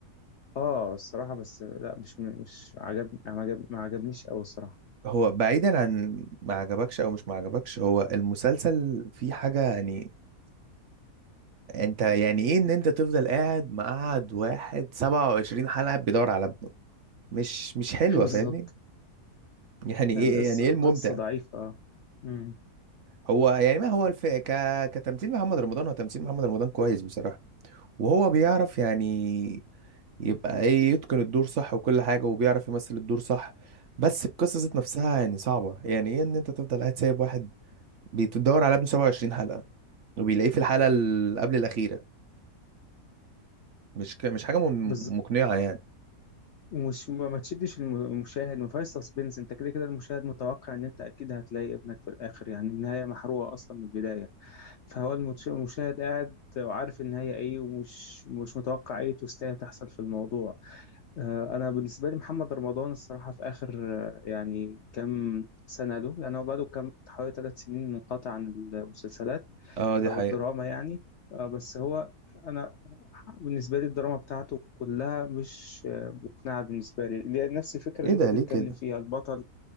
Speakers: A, on the left; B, on the right.
A: آه الصراحة بس لا مش من- مش عجبني ما عجب- ما عجبنيش أوي الصراحة
B: هو بعيدا عن ما عجبكش او مش ما عجبكش هو المسلسل فيه حاجة يعني انت يعني ايه ان انت تفضل قاعد مقعد واحد 27 حلقة بيدور على ابنه مش مش حلوة
A: <laughs> بالظبط
B: فاهمني يعني ايه
A: القصة
B: يعني ايه
A: القصة
B: الممتع
A: ضعيفة امم
B: هو يعني ما هو الف... ك... كتمثيل محمد رمضان هو تمثيل محمد رمضان كويس بصراحة وهو بيعرف يعني يبقى ايه يتقن الدور صح وكل حاجة وبيعرف يمثل الدور صح بس القصة ذات نفسها يعني صعبة يعني ايه ان انت تفضل قاعد سايب واحد بتدور على ابنه 27 حلقة وبيلاقيه في الحلقة اللي قبل الأخيرة مش ك... مش حاجة م-
A: بالظبط
B: مقنعة يعني
A: ومش ما ما تشدش الم- المشاهد ما فيهاش سسبنس انت كده كده المشاهد متوقع ان انت اكيد هتلاقي ابنك في الاخر يعني النهايه محروقه اصلا من البدايه فهو المتش- المشاهد قاعد وعارف النهاية إيه ومش مش متوقع أي توستاية تحصل في الموضوع آه، أنا بالنسبة لي محمد رمضان الصراحة في آخر آه، يعني كام سنة له يعني هو بقاله كام حوالي ثلاث سنين منقطع عن المسلسلات
B: اه دي
A: أو
B: حقيقة
A: الدراما يعني آه، بس هو أنا بالنسبة لي الدراما بتاعته كلها مش آه، مقنعة بالنسبة لي اللي هي نفس الفكرة
B: ايه
A: اللي
B: ده
A: أنت بتتكلم
B: ليه كده
A: فيها البطل